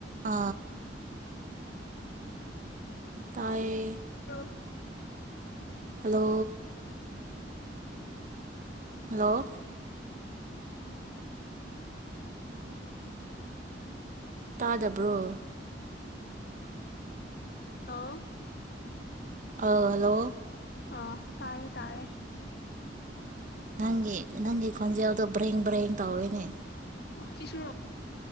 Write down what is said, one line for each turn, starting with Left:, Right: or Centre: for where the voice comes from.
Right: ꯑ ꯇꯥꯏꯌꯦ
Left: ꯍꯜꯂꯣ
Right: ꯑꯗꯣ ꯍꯜꯂꯣ ꯇꯥꯗꯕ꯭ꯔꯣ
Left: ꯍꯂꯣ
Right: ꯑꯥ ꯍꯜꯂꯣ
Left: ꯑ ꯇꯥꯔꯦ ꯇꯥꯔꯦ
Right: ꯅꯪꯒꯤ ꯅꯪ ꯈꯣꯟꯖ ꯌꯥꯎꯗꯣ ꯭ꯔ ꯭ꯔꯦꯡ ꯇꯧꯅꯦ
Left: ꯆꯤꯁꯨꯔꯣ